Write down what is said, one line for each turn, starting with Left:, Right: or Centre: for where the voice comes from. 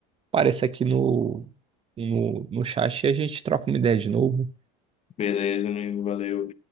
Right: apareço aqui no, no, no chat e a gente troca uma ideia de novo.
Left: Beleza, amigo, valeu.